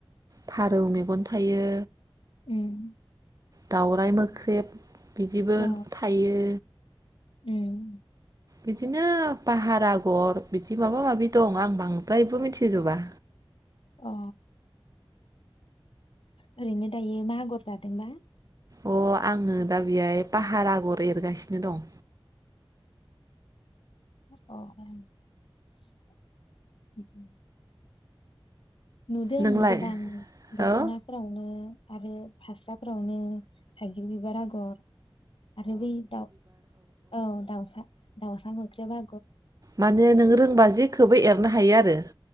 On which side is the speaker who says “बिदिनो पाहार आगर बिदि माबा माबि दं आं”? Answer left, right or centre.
Right